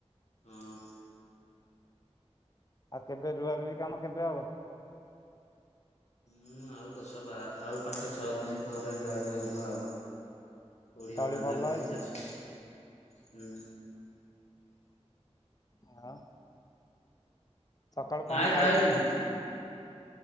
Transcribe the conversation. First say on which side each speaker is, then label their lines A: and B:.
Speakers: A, on the left (about 75°); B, on the left (about 35°).
A: ହୁଁ।
B: ଆଉ କେବେ ରୁଆ ରୁଇ କାମ କେବେ ହବ।
A: ହୁଁ ଆଉ ଦଶ ବା ଆଉ ପାଞ୍ଚ ଛଅ ଦିନ ପରେ ରୁଆ ରୁଇ ହବ ଆଉ। କୋଡି
B: ତଳି
A: ହଣା
B: ଭଲ
A: ଚାଲିଛି
B: ହେଇଛି।
A: ଚାଷ ହୁଁ।
B: ହଁ। ସକାଳୁ କଣ
A: ନାଇଁ
B: ଖାଇଥିଲେ।
A: ଖାଇବିନି